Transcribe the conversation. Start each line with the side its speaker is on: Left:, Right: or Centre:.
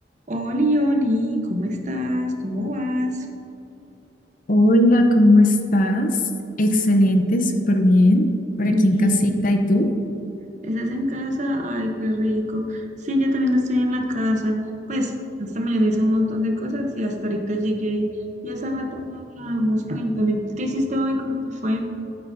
Right: Oli, Oli, ¿cómo estás? ¿Cómo vas?
Left: Hola, ¿cómo estás? Excelente, súper bien. Por
Right: Bien,
Left: aquí en casita, ¿y tú?
Right: ¿estás en casa? Ay, qué rico. Sí, yo también estoy en la casa. Pues esta mañana hice un montón de cosas y hasta ahorita llegué y hace rato no hablábamos. Cuéntame, ¿qué hiciste hoy? ¿Cómo te fue?